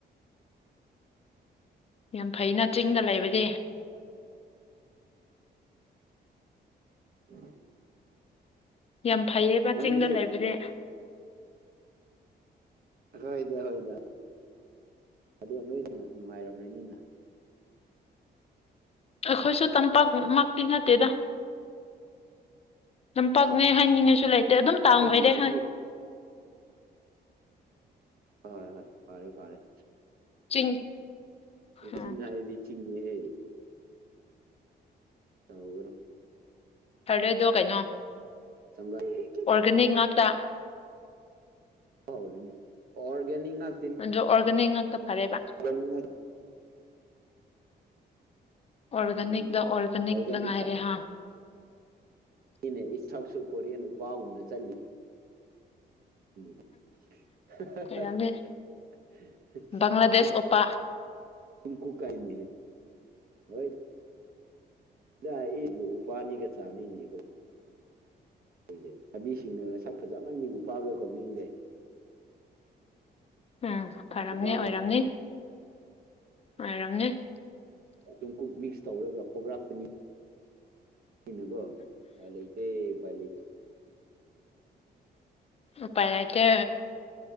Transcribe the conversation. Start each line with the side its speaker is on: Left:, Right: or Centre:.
Left: ꯌꯥꯝ ꯐꯩꯅ ꯆꯤꯡꯗ ꯂꯩꯕꯗꯤ
Right: <unintelligible> <unintelligible>
Left: ꯌꯥꯝ ꯐꯩꯌꯦꯕ
Right: ꯅꯣꯏꯗꯤ
Left: ꯆꯤꯡꯗ ꯂꯩꯕꯗꯤ
Right: ꯍꯣꯏꯗ ꯍꯣꯏꯗ ꯑꯗꯣ ꯅꯣꯏꯅ ꯅꯨꯡꯉꯥꯏꯔꯝ꯭ꯔꯅꯤꯅ
Left: ꯑꯩꯈꯣꯏꯁꯨ ꯇꯝꯄꯥꯛꯃꯛꯇꯤ ꯅꯠꯇꯦꯗ ꯇꯝꯄꯥꯛꯅꯦ ꯍꯥꯏꯅꯤꯡꯉꯥꯏꯁꯨ ꯂꯩꯇꯦ ꯑꯗꯨꯝ ꯇꯥꯎꯟ
Right: ꯑꯩꯈꯣꯏꯗꯤ
Left: ꯑꯣꯏꯔꯦ
Right: ꯆꯤꯡꯒꯤ
Left: ꯍꯥꯏ
Right: ꯍꯣꯏ ꯍꯣꯏ ꯐꯔꯦ ꯐꯔꯦ
Left: ꯆꯤꯡ ꯎꯝ
Right: ꯆꯤꯡ ꯍꯥꯏꯔꯗꯤ ꯆꯤꯡꯅꯦ ꯇꯧꯒꯅꯣ
Left: ꯐꯔꯗꯔꯗꯣ ꯀꯩꯅꯣ
Right: ꯆꯝꯕ <unintelligible>
Left: ꯑꯣꯔꯒꯥꯅꯤꯛ ꯉꯥꯛꯇ
Right: <unintelligible> ꯑꯣꯏꯔꯅꯤ ꯑꯣꯔꯒꯅꯤꯛ ꯉꯥꯛ
Left: ꯑꯗꯣ ꯑꯣꯔꯒꯥꯅꯤꯛ ꯉꯥꯛꯇ ꯐꯔꯦꯕ
Right: <inaudible>
Left: ꯑꯣꯔꯒꯥꯅꯤꯛꯛꯇ
Right: ꯎꯝ
Left: ꯑꯣꯔꯒꯥꯅꯤꯛꯇ
Right: ꯑꯣꯔꯒꯥꯅꯤꯛ
Left: ꯉꯥꯏꯔꯦ ꯍꯥ
Right: ꯁꯤꯅꯥ ꯏꯁꯛꯁꯨ ꯀꯣꯔꯤꯌꯟ ꯎꯄꯥꯒꯨꯝꯅ ꯆꯠꯂꯤ <inaudible>
Left: ꯑꯣꯏꯔꯝꯅꯤ ꯕꯪꯒ꯭ꯂꯥꯗꯦꯁ ꯑꯣꯄꯥ
Right: <unintelligible> ꯀꯣ ꯀꯥꯏ ꯃꯤꯍꯦ ꯍꯣꯏ <unintelligible> ꯎꯄꯥꯗꯤ ꯀꯠꯆꯥꯅꯤꯅꯦ ꯑꯩꯈꯣꯏ ꯈꯣꯏꯁꯦ ꯁꯥꯕꯤꯁꯤꯡꯅꯒ ꯁꯛ ꯐꯖꯕꯃꯟ ꯎꯄꯥꯒ ꯀꯧꯅꯤꯡꯗꯦ
Left: ꯎꯝ ꯐꯔꯝꯅꯤ
Right: ꯎꯄꯥꯒ
Left: ꯑꯣꯏꯔꯝꯅꯤ ꯍꯥꯏꯔꯝꯅꯦ
Right: ꯇꯨꯡꯀꯨꯞ ꯃꯤꯛꯁ ꯇꯧꯔꯒ ꯈꯣꯒ꯭ꯔꯥꯛꯒꯔꯞꯄꯅꯤ ꯑꯩꯅꯥꯀꯣ ꯎꯄꯥꯏ ꯂꯩꯇꯦ ꯄꯥꯏ ꯂꯩ
Left: ꯎꯄꯥꯏ ꯂꯩꯇꯦ